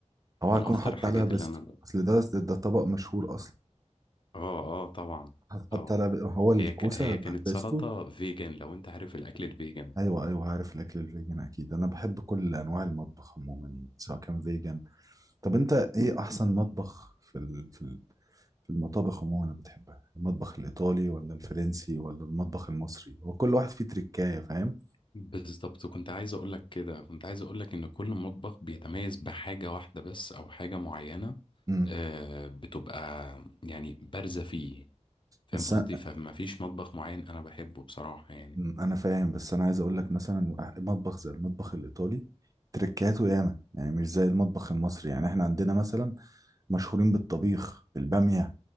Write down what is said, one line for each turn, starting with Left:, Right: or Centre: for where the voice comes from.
Right: هو هيكون
Left: من اخطر
Right: حط
Left: الحاجات
Right: عليها بيستو
Left: اللي انا
Right: اصل ده ده طبق مشهور اصلا
Left: اه اه طبعا
Right: حط
Left: اه
Right: عليها ب- هو الكوسة
Left: هي ك... هي
Right: مع
Left: كانت
Right: البيستو
Left: سلطة فيجن لو انت عارف الاكل الفيجن
Right: ايوه ايوه عارف الاكل الفيجن اكيد انا بحب كل انواع المطبخ عموما يعني سواء كان فيجن طب انت ايه احسن مطبخ في ال... في ال... في المطابخ عموما اللي بتحبها المطبخ الايطالي ولا الفرنسي ولا المطبخ المصري هو كل واحد فيه تركايه فاهم
Left: بالظبط كنت عايز اقول لك كده كنت عايز اقول لك ان كل مطبخ بيتميز بحاجة واحدة بس او حاجة معينة
Right: امم
Left: آه بتبقى يعني بارزة فيه فاهم
Right: بس
Left: قصدي
Right: أ-
Left: فما فيش مطبخ معين انا بحبه بصراحة يعني
Right: أمم، انا فاهم بس انا عايز اقول لك مثلا أح- مطبخ زي المطبخ الايطالي تركاته ياما يعني مش زي المطبخ المصري يعني احنا عندنا مثلا مشهورين بالطبيخ بالباميه